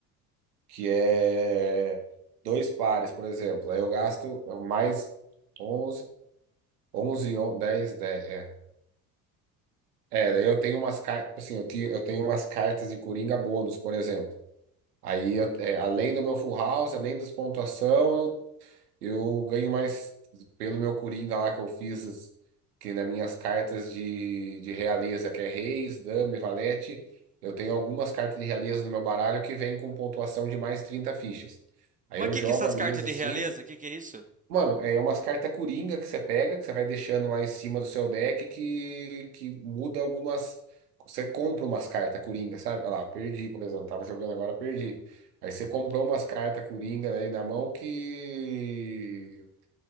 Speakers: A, on the right; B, on the right.
A: que é dois pares, por exemplo. Aí eu gasto mais onze onze dez dez é. É, daí eu tenho umas cartas, assim, eu, ti- eu tenho umas cartas de Coringa bônus, por exemplo. Aí, eu- é, além do meu full house, além das pontuação, eu, eu ganho mais pelo meu Coringa lá que eu fiz, as- que nas minhas cartas de, de realeza, que é Reis, Dama e Valete, eu tenho algumas cartas de realeza no meu baralho que vêm com pontuação de mais 30 fichas. Aí
B: mas
A: eu
B: que
A: jogo
B: que essas
A: a mesa
B: cartas de
A: assim,
B: realeza? Que que é isso?
A: Mano, é é umas cartas coringa que você pega, que você vai deixando lá em cima do seu deck, que, que muda algumas. Você compra umas cartas coringa, sabe? Olha lá, perdi, por exemplo. Tava jogando agora, perdi. Aí você comprou umas cartas coringa aí na mão que.